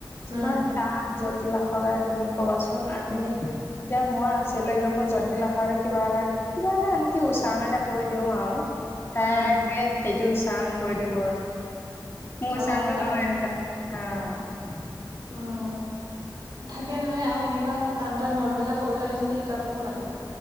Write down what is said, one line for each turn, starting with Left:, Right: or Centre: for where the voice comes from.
Left: যিমান
Right: উম
Left: তান। জটিল আখৰ কেইটা তুমি কবাচোন আমি এতিয়া মই আচৰি লকে মোৰ জতিলাখক কিবা এটা। কিবা এটা এনেকে উচ্চাৰণ এটা কৈ দিও আও্। তাইকে
Right: উম
Left: সেইটো চান কৰি দিব। মোৰ
Right: অ
Left: চান্দো
Right: পাৰে
Left: নহয়
Right: মানে
Left: অ।
Right: উম থাকে নহয় আৰু এনেকুৱা টান টান ওৰ্ড বিলাক। সৰুতে ল'ৰা ছোৱালী শিকাবও লাগে।